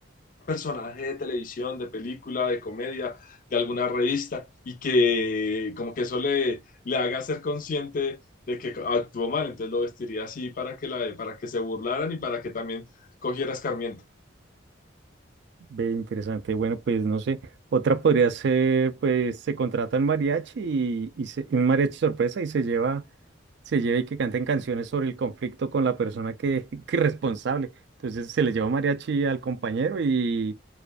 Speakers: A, on the left (about 40°); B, on the right (about 55°).
A: personaje de televisión, de película, de comedia, de alguna revista, y que como que eso le, le haga ser consciente de que actuó mal, entonces lo vestiría así para que, la, para que se burlaran y para que también cogiera escarmiento.
B: Ve interesante. Bueno, pues no sé. Otra podría ser, pues se contrata un mariachi y, y se- un mariachi sorpresa y se lleva, se lleva y que canten canciones sobre el conflicto con la persona que, <laughs> que es responsable. Entonces se le lleva un mariachi al compañero y